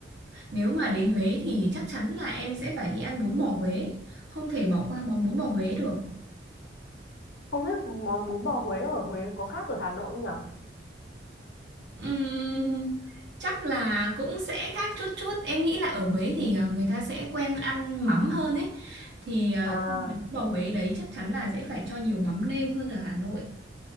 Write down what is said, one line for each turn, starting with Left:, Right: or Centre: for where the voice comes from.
Right: Nếu mà đến Huế thì chắc chắn là em sẽ phải đi ăn bún bò Huế. Không thể bỏ qua món bún bò Huế được.
Left: không biết món bún bò Huế ở Huế có khác ở Hà Nội không nhở
Right: Ừm, chắc là cũng sẽ khác chút chút. Em nghĩ là ở Huế thì ờ, người ta sẽ quen ăn mắm hơn ấy. Thì ờ,
Left: à
Right: Ừ. bún bò Huế đấy chắc chắn là sẽ phải cho nhiều mắm nêm hơn ở Hà Nội.